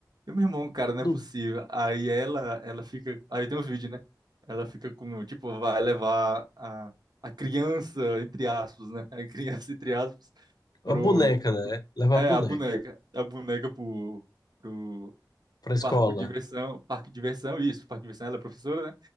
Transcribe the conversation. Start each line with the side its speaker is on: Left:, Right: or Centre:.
Right: E meu irmão, cara, não
Left: Não.
Right: é possível. Aí ela, ela fica, aí tem um vídeo, né? Ela fica com, tipo, vai levar a, a criança, entre aspas, né? A criança, entre aspas,
Left: A
Right: pro,
Left: boneca, né? Leva
Right: é,
Left: a boneca
Right: a boneca, a boneca pro, pro
Left: para escola.
Right: parque de diversão, parque de diversão, isso, parque de diversão, ela é professora, né?